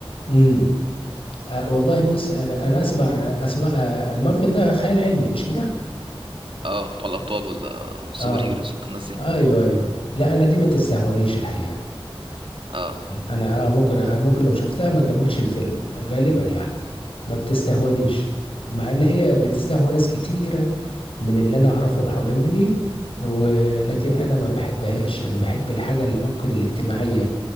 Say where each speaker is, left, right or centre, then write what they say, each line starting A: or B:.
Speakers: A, on the left (about 70°); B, on the right (about 65°).
A: امم آه والله بص انا انا اسمع اسمع آه مارفل ده خيال علمي مش كده
B: اه بتوع الابطال ولا السوبر
A: اه
B: هيروز والناس دي
A: ايوه ايوه لا انا دي ما تستهونيش الحقيقة
B: اه
A: انا ممكن ممكن لو شفتها ما كملش الفيلم غالبا يعني ما بتستهونيش مع ان هي بتستهوى ناس كتيرة من اللي انا اعرفهم حوالين مني ولكن انا ما بحبهاش يعني بحب الحاجة اللي ممكن الاجتماعية